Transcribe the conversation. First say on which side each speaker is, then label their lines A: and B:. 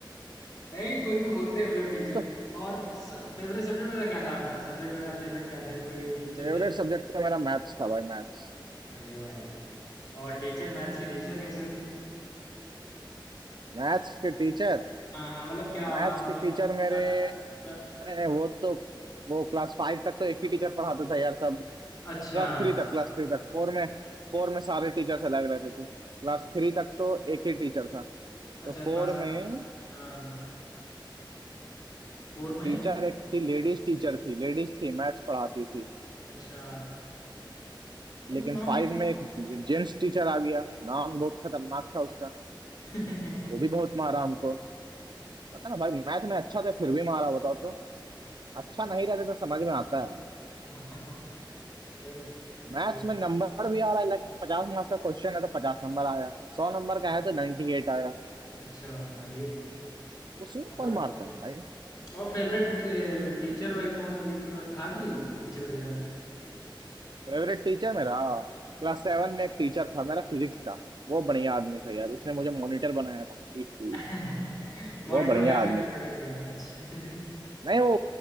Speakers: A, on the left (about 45°); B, on the right (about 60°).
A: नहीं कोई भी होते हैं मतलब टीचर
B: वो तो
A: और फेवरेट सब्जेक्ट वगैरह क्या था आपका सब्जेक्ट वगैरह फेवरेट क्या था कोई टीचर
B: फेवरेट
A: फेवरेट
B: सब्जेक्ट तो मेरा मैथ्स था भाई मैथ्स
A: अरे भाई और टीचर मैथ्स के टीचर कैसे थे
B: मैथ्स के टीचर
A: हाँ हाँ मतलब क्या
B: मैथ्स
A: मतलब
B: के टीचर
A: ज्यादा
B: मेरे
A: ज्यादा-
B: अरे नहीं वो तो वो क्लास फाइव तक तो एक ही टीचर पढ़ाता था यार सब
A: अच्छा
B: क्लास थ्री तक क्लास थ्री तक फोर में फोर में सारे टीचर्स अलग रहते थे क्लास थ्री तक तो एक ही टीचर था तो
A: अच्छा
B: फोर
A: क्लास
B: में
A: हाँ फोर में
B: टीचर एक थी लेडीज टीचर थी लेडीज थी मैथ्स पढ़ाती थी
A: अच्छा मतलब
B: लेकिन
A: हमें
B: फाइव में एक जेंट्स टीचर आ गया नाम बहुत खतरनाक था उसका
A: <laughs>
B: वो भी बहुत मारा हमको पता ना भाई मैथ में अच्छा था फिर भी मारा बताओ तो अच्छा नहीं रहता तो समझ में आता है
A: हाँ, चलो
B: मैथ्स
A: कोई
B: में नंबर भी आ रहा है लाइक पचास मार्क्स का क्वेश्चन है तो पचास नंबर आया सौ नंबर का है तो नाइन्टी एट आया
A: अच्छा अरे
B: उसमें
A: और
B: कौन मारता है भाई
A: और फेवरेट टीचर वगैरह कौन अभी तुम्हारा था कोई टीचर वगैरह
B: फेवरेट टीचर मेरा क्लास सेवन में एक टीचर था मेरा फिजिक्स का वो बढ़िया आदमी था यार उसने मुझे मॉनिटर बनाया था <laughs> ही, ही।
A: <laughs> मॉनिटर
B: वो बढ़िया
A: बनाया तो
B: आदमी
A: फेवरेट
B: था
A: बन गया अच्छा <laughs>
B: नहीं वो